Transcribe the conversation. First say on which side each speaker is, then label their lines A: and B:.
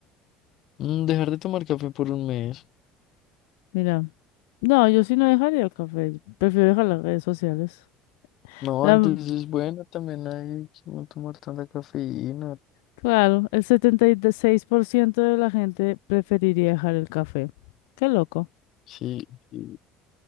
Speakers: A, on the left (about 60°); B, on the left (about 75°).
A: Mm, Dejar de tomar café por un mes.
B: Mira, no, yo sí no dejaría el café, prefiero dejar las redes sociales.
A: No,
B: La-
A: antes es bueno también hay que no tomar tanta cafeína.
B: claro, el 76% de la gente preferiría dejar el café. Qué loco.
A: Sí, sí.